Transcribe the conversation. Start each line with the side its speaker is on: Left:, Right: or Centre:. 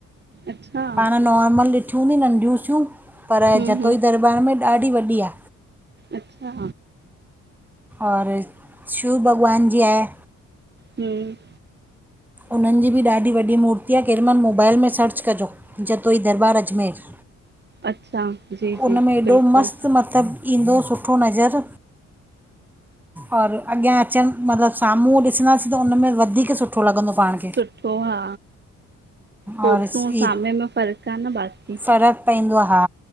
Right: अच्छा
Centre: पाण नॉर्मल ॾिठियूं हूंदियूं नंढियूं सियूं पर
Right: हूं
Centre: जतोई
Right: हूं
Centre: दरबार दरबार में ॾाढी वॾी आ
Right: अच्छा
Centre: और शिव भॻवान जी आहे
Right: जी
Centre: उन्हनि जी बि ॾाढी वॾी मूर्ती आहे केॾी महिल मोबाइल में सर्च कजो जेतो ई दरबार अजमेर
Right: अच्छा जी
Centre: उन
Right: जी
Centre: में एॾो
Right: बिल्कुलु
Centre: मस्त मतलब ईंदो सुठो नज़र और अॻियां अचन मतलब साम्हूं ॾिसंदासीं त उन में वधीक सुठो लॻंदो पाण खे
Right: सुठो हा फोटू
Centre: और
Right: ऐं
Centre: ई
Right: साम्हूं में फ़र्क आ न बाक़ी
Centre: फ़र्क़ु पवंदो आ हा